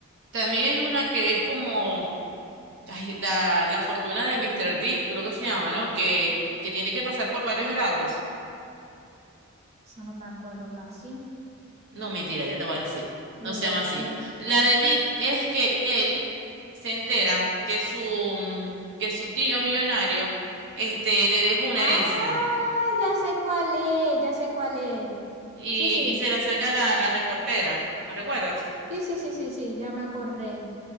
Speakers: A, on the right; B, on the right.
A: también hay una que es como ay, la, la fortuna de Mr. Deed, creo que se llama, ¿no? Que, que tiene que pasar por varios grados.
B: eso no me acuerdo casi.
A: No, mentira, ya te voy a decir.
B: Y
A: No
B: iba
A: se llama
B: a decir,
A: así. La de Deed es que él se entera que su, mm, que su tío millonario este, le dejó una
B: ah,
A: herencia
B: ya sé cuál es, ya sé cuál es.
A: y,
B: Sí, sí,
A: y se le acerca la, la reportera. ¿La recuerdas?
B: sí, sí, sí, sí, sí, ya me acordé.